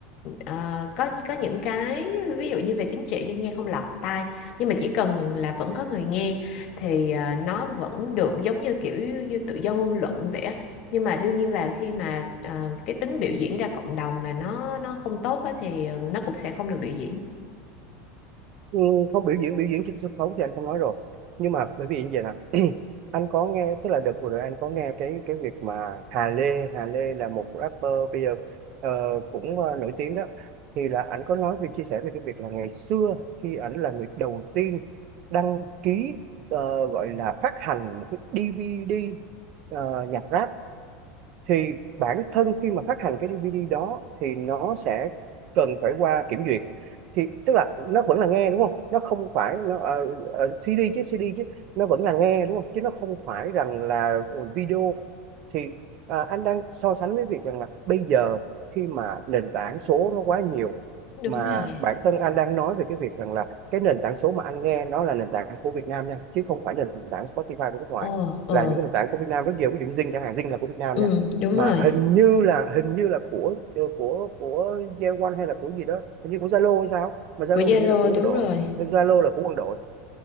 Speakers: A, on the left (about 45°); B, on the right (about 40°).
A: ờ, có có những cái ví dụ như về chính trị thì nghe không lọt tai nhưng mà chỉ cần là vẫn có người nghe thì ờ, nó vẫn được giống như kiểu như tự do ngôn luận vậy á nhưng mà đương nhiên là khi mà ờ, cái tính biểu diễn ra cộng đồng mà nó nó không tốt á thì ờ, nó cũng sẽ không được biểu diễn
B: Ừ, không biểu diễn biểu diễn trên sân khấu thì anh không nói rồi nhưng mà bởi vì như vậy nè <clears throat> anh có nghe tức là đợt vừa rồi anh có nghe cái cái việc mà Hà Lê Hà Lê là một rapper bây giờ ờ, cũng ờ, nổi tiếng đó thì là anh có nói về chia sẻ về cái việc là ngày xưa khi ảnh là người đầu tiên đăng ký ờ, gọi là phát hành một cái DVD ờ, nhạc rap thì bản thân khi mà phát hành cái DVD đó thì nó sẽ cần phải qua kiểm duyệt thì tức là nó vẫn là nghe đúng không nó không phải nó ờ, ờ, CD chứ CD chứ nó vẫn là nghe đúng không chứ nó không phải rằng là video thì à, anh đang so sánh với việc rằng là bây giờ khi mà nền tảng số nó quá nhiều
A: Đúng
B: mà
A: rồi.
B: bản thân anh đang nói về cái việc rằng là cái nền tảng số mà anh nghe nó là nền tảng của Việt Nam nha chứ không phải nền tảng Spotify của nước ngoài
A: Ồ, ồ,
B: là những cái nền tảng của Việt Nam rất nhiều ví dụ Zing chẳng hạn Zing là của Việt Nam
A: ừ,
B: nha
A: đúng
B: mà
A: rồi.
B: hình như là hình như là của ờ, của của Yeowon hay là của gì đó hình như của Zalo hay sao mà Zalo
A: Của Zalo
B: hình như là của quân
A: đúng
B: đội
A: rồi.
B: hay Zalo là của quân đội